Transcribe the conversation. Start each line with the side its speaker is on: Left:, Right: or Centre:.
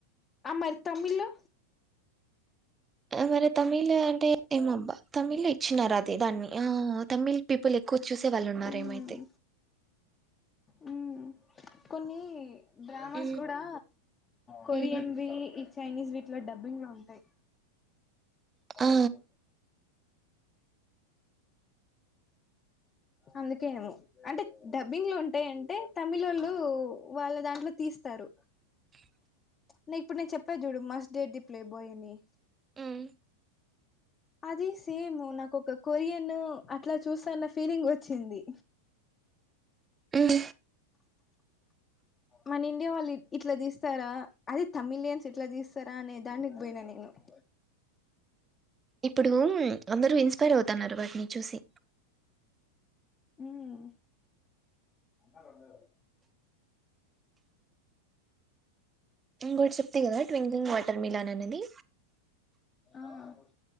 Left: ఆ మరి తమిలు
Right: ఆ మరి తమిళ అంటే ఏమబ్బా తమిళ ఇచ్చినారు అది దాన్ని ఆ తమిళ్ పీపుల్ ఎక్కువ చూసే వాళ్ళు ఉన్నారు
Left: మ్మ్
Right: ఏమైతే
Left: మ్మ్ కొన్ని డ్రామాస్
Right: మ్మ్
Left: కూడా కొరియన్
Right: మ్మ్
Left: బి ఇ చైనీస్ వీటిలో డబ్బింగ్ లో ఉంటాయి రాక్కో
Right: ఆ
Left: అందుకేనేమో అంటే డబ్బింగ్ లో ఉంటాయంటే తమిలోళ్ళు వాళ్ళ దాంట్లో తీస్తారు
Right: <inaudible>
Left: నే ఇప్పుడు నేను చెప్పేది చూడు must date the playboy అని
Right: మ్మ్
Left: అది సేమ్ నాకు ఒక కొరియన్ అట్లా చూస్తన్న ఫీలింగ్ వచ్చింది
Right: మ్మ్
Left: మన ఇండియా వాళ్ళు ఇట్లా తీస్తారా అదే తమిలియన్స్ ఇట్లా తీస్తారా అనే దానికి పోయినా నేను <inaudible>
Right: ఇప్పుడు అందరూ ఇన్స్పైర్ అవుతున్నారు వాటిని చూసి
Left: మ్మ్
Right: ఇంకోటి చెప్తి కదా ట్వింక్లింగ్ వాటర్ మిలాన్ అనేది
Left: ఆ